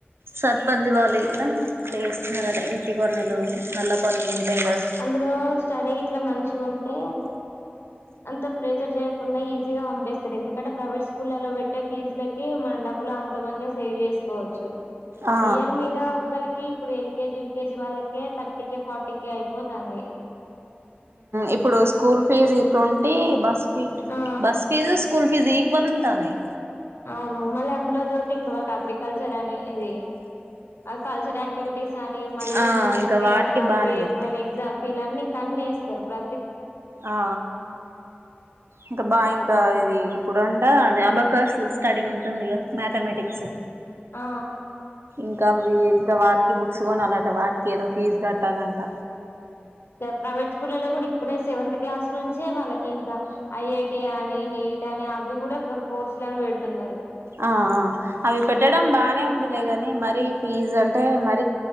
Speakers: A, on the right; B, on the left.
A: సర్పంచ్ వారు ఇట్లా ప్లేస్తున్నారుట ఇంటి పన్నులు నల్ల పన్నులు ఉంటాయి కదా
B: అందులో స్టడీ ఇట్లా మంచి ఉంటే అంత ప్రెజర్ చేయకుండా ఈజీగా పంపిస్తారు ఎందుకంటే ప్రైవేట్ స్కూల్లో పెట్టే ఫీజులకి మనం డబ్బులు అంత మందిగా సేవ్ చేసుకోవచ్చు
A: ఆ
B: ఇయర్ మీద ఒక్కరికి ఇప్పుడు ఎల్కేజీ యూకేజీ వాళ్ళకే థర్టీక ఫార్టీక అయిపో పోతానాయి
A: ఇప్పుడు school fees twenty bus fee
B: ఆ
A: bus fees school fees equal ఉంటానాయి
B: అవును మళ్ళీ అందులో తోటి ఇంకా వాళ్ళకి అగ్రికల్చర్ అని ఇది ఆ కల్చర్ ఆక్టివిటీస్ కాని మళ్ళీ
A: ఆ
B: ట్యూషన్
A: ఇంకా
B: ఫి
A: వాటికి
B: అని అవి
A: బానే తెత్తారు
B: ఇవని ఎగ్జామ్ ఫీలు అన్నీ ఇంకా అన్నీ ఏస్తారు ప్ర
A: ఆ ఇంకా బా ఇంకా ఇది ఇప్పుడు అంటా అదే అబా కోస్ స్టడీ ఉంటుంది గా మ్యాథమెటిక్స్
B: ఆ
A: ఇంకా వి ఇంకా వాటికి బుక్స్ కొనాలట వాటికి ఏదో ఫీజు కట్టాలంట
B: ప్రైవేట్ స్కూల్ల్లో కూడా ఇ ఇప్పుడే సెవెంత్ క్లాస్ నుంచే వాళ్ళకి ఇంకా ఐఐటి అని నీట్ అని అవి కూడా కోర్స్ లను పెడుతున్నారు
A: ఆ అవి పెట్టడం బానే ఉందిలేగాని మరి ఫీజ్ అంటే మ అ